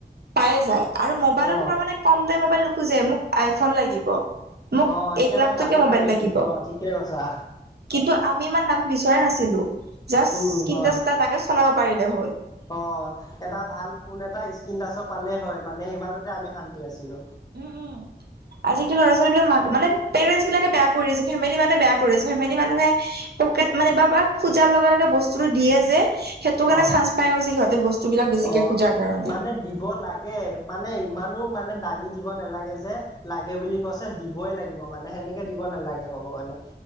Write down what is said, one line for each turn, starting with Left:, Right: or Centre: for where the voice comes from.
Right: পায়ে যায় আৰু মোবাইলত
Left: অ
Right: তোমাৰ মানে কম দামী মোবাইল নোখোজে মোক আইফোন লাগিব, মোক
Left: অ একেবাৰে
Right: এক লাখ টকীয়া
Left: দামী
Right: ম'বাইল
Left: দামী
Right: লাগিব।
Left: ফোন অ ঠিকে কৈছা
Right: কিন্তু আমি ইমান দামী বিচৰাই নাছিলো।
Left: উম।
Right: তিনটা
Left: হয়
Right: চটা লাগে চলাব পাৰিলে হ'ল।
Left: অ', এটা ভাল ফোন এটা স্ক্ৰীনটাচৰ পালে হয় মানে সিমানতে আমি শান্তি আছিলো।
Right: উম, উম। আজি কালি ল'ৰা ছোৱালীবিলাক মাক মানে পেৰেণ্টছ বিলাকে বেয়া কৰি দিছে, ফেমিলি মানুহে বেয়া কৰিছে ফেমিলি মানুহে পকেট মানি বা পা খোজাৰ লগে লগে বস্তুটো দিয়ে যে, সেইটো কাৰণে
Left: অ
Right: চান্স পাই গৈছে সিহঁতে বচ স্তুবিলাক বেছিকে
Left: অ
Right: খোজাৰ কাৰণে।
Left: মানে দিব লাগে মানে ইমানো মানে দাঙি দিব নালাগে যে, লাগে বুলি কৈছে দিবই লাগিব মানে সেনে কে দিব নালাগে ক'ব গ'লে,